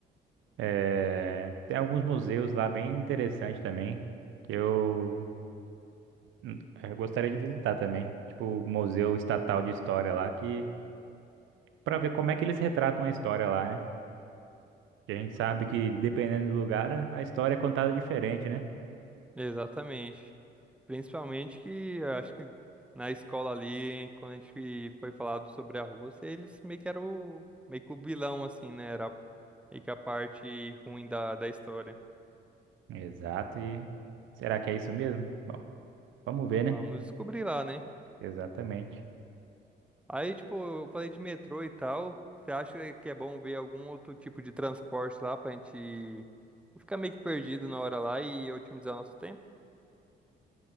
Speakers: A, on the right; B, in the centre.
A: É, Tem alguns museus lá bem interessantes também, que eu, hum, eu gostaria de visitar também. Tipo, o Museu Estatal de História lá, que para ver como é que eles retratam a história lá, né? Que a gente sabe que dependendo do lugar, a a história é contada diferente, né?
B: Exatamente. Principalmente que eu acho que na escola ali, quando a gente foi falado sobre a Rússia, eles meio que eram o- meio que o vilão, assim, né? Era meio que a parte ruim da, da história.
A: Exato, e será que é isso mesmo? Bom, vamos ver,
B: Vamos
A: né?
B: descobrir lá, né?
A: Exatamente.
B: Aí, tipo, eu falei de metrô e tal. Você acha que é bom ver algum outro tipo de transporte lá pra gente não ficar meio que perdido na hora lá e otimizar nosso tempo?